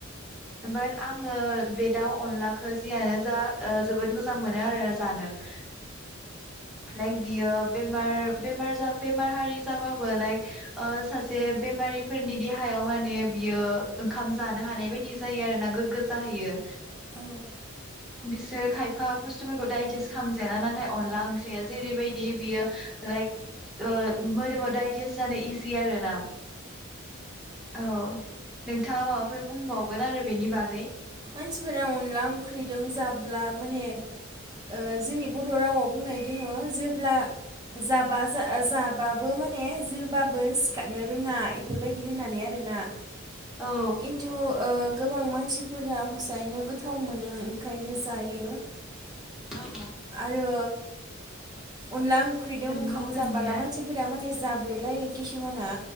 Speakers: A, in the centre; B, on the right.
A: बाट आङो बे दाउ अनलाखौ जियानो जा ओ जोबोद मोजां मोनो आरो जानो। <inaudible> लाइक बियो बेमार बेमार जा बेमार हारि जाबाबो लाइक अ सासे बेमारिफोरनि देहायाव माने बियो ओंखाम जानो हानाय बाय दि जायो आरो ना गोगगो जाहैयो।
B: औ
A: बिसोर खायफा बुस्थुफोरखौ दाइजेस्ट खालामजायाना नाथाय अनला ओंख्रिया जेरैबायदि बियो लाइक अ मोदोमाव दाइजेस्ट जानो इजि आरो ना औ नोंथाङा माबाफोर बुंबावगोन आरो बेनि बागै
B: मानसिफोरा अनला ओंख्रिजों जाब्ला माने अ जोंनि बर' रावाव बुंनाय दङ जेब्ला जाबा जाबाबो माने जोबाबो सिखारनो रोङा बेफोरबायदि होननानै आरोना
A: औ
B: खिन्थु अ गोबां मानसि फोरा हसायैनो गोथाव मोनो ओंखायनो जायो
A: औ
B: आरो अनला ओंख्रिदों
A: नंगौ
B: ओंखाम
A: नोंनाया
B: जाबोला मानसिफोरा माने जाब्रैलायो खिसुमाना